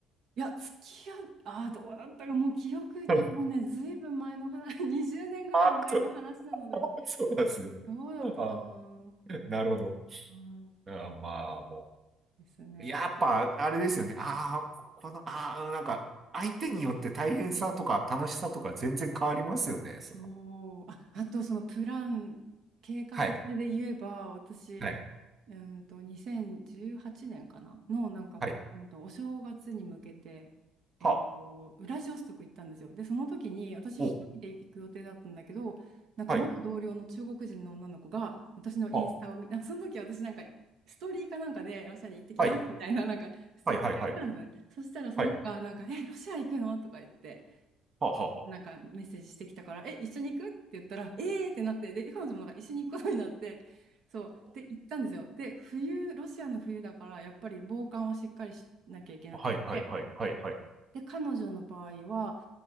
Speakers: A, on the right (about 65°); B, on the right (about 35°).
A: いや、付き合っ、ああ、どうだったか、もう記憶に、
B: <laughs>
A: もうね、ずいぶん前の話、<laughs> 20年ぐらい前の話なので、
B: ああ、そう、あそうなんですね。
A: どうだったかな。
B: ああ、なるほど。
A: うん
B: あーまあ、も
A: ですね。
B: う。やっぱ、あれですよね。ああ、ここの、ああ、なんか、相手によって大変さとか楽しさとか全然変わりますよね。
A: そう。
B: その、
A: あ、あとそのプラン、計画性で言えば、
B: はい、
A: 私、
B: はい、
A: うーんと、2018年かなの、なんか、
B: はい、
A: うんと、お正月に向けて、えっと、
B: はあ、
A: ウラジオストク行ったんですよ。で、その時に、私一人で行く予定だったんだけど、
B: お、
A: なんか元同僚の中国人の女の子が、
B: はい、
A: 私のインスタを見、
B: は
A: なんかその時私なんか、ストーリーかなんかでロシアに行ってきますみたいな、
B: あ、はい、
A: なんかストーリーあげたんですよね。
B: はい、はい、はい、
A: そしたらその子が、
B: はい、
A: なんか、え、ロシア行くのとか言って、
B: はあ、はあ、は
A: なんかメッセージしてきたから、え、一緒に行くって言ったら、えーってなって、で、彼女もなんか一緒に行くことになって、<laughs> そう、で、行ったんですよ。で、冬、ロシアの冬だから、やっぱり防寒はしっかりしなきゃいけなくって、
B: あ、はあはい、はい、はい、はい、はい、
A: で、彼女の場合は、